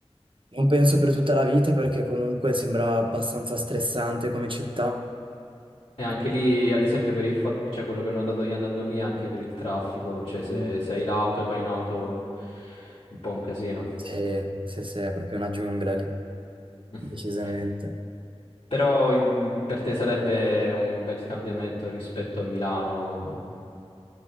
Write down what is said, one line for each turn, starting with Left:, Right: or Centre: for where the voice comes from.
Right: Non penso per tutta la vita perché comunque sembra abbastanza stressante come città.
Left: E anche
Right: E,
Left: lì, ad esempio, per il fatto, cioè quello che ho notato io andando lì, anche per il traffico, cioè se,
Right: mm,
Left: se hai l'auto e vai in auto, un po' un casino.
Right: sì, sì, sì, è proprio una giungla lì,
Left: <laughs>
Right: decisamente.
Left: Però in- per te sarebbe un bel cambiamento rispetto a Milano,